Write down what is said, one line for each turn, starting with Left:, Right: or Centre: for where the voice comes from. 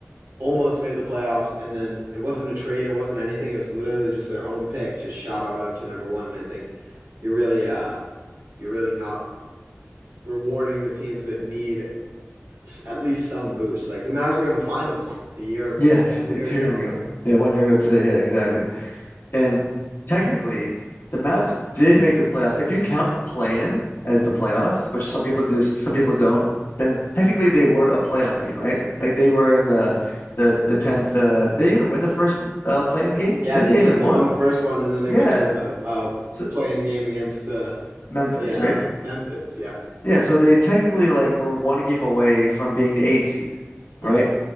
Right: almost made the playoffs, and then it wasn't a trade, it wasn't anything. It was literally just their own pick, just shot on up to number one. And I think you're really, uh, you're really not rewarding the teams that need at least some boost. Like the Mavs were in the finals a year,
Left: Yeah, <laughs> two,
Right: one year
Left: two
Right: ago.
Left: years ago. Yeah, one year ago today. Yeah, exactly. And technically, the Mavs did make the playoffs. If you count the play-in as the playoffs, which some people do, some people don't, then technically they were a playoff team, right?
Right: Yeah,
Left: Like they were in the the the tenth. Uh, they even win the first uh, play-in game.
Right: yeah,
Left: I
Right: they
Left: think they
Right: did.
Left: even
Right: They
Left: won.
Right: won the first one, and then they
Left: Yeah,
Right: went to a, a
Left: so
Right: playing game against the
Left: Memphis,
Right: yeah uh,
Left: right?
Right: Memphis. Yeah,
Left: Yeah, so they technically like were one game away from being the eight seed,
Right: yeah,
Left: right?